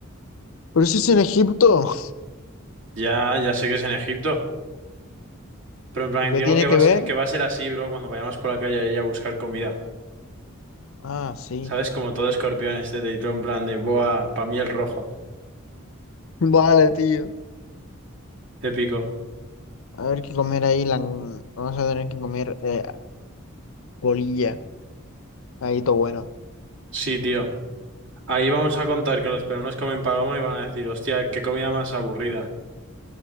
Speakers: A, on the left (about 70°); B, on the right (about 60°).
A: Pero eso es en Egipto.
B: Ya, ya sé que es en Egipto. Pero en plan,
A: ¿Y qué
B: digo
A: tiene
B: que va
A: que
B: a ser,
A: ver?
B: que va a ser así, bro, cuando vayamos por la calle a ella a buscar comida.
A: Ah, sí.
B: ¿Sabes? Como todo escorpiones, este y en plan de, buah, pa' mí el rojo.
A: Vale, tío.
B: Épico.
A: A ver qué comer ahí. lan- Vamos a tener que comer eh, bolilla. Ahí todo bueno.
B: Sí, tío. Ahí vamos a contar que los peruanos comen paloma y van a decir, hostia, qué comida más aburrida.